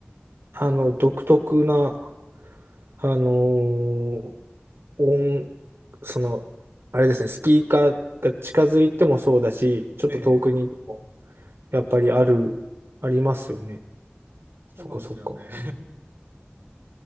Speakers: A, on the right (about 75°); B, on the right (about 55°).
A: あの、独特な、あのー音、その、あれですね、スピーカーが近づいてもそうだし、ちょっと遠くに
B: ええ。
A: やっぱりある、ありますよね。
B: そうなんですよね。
A: そっかそっか。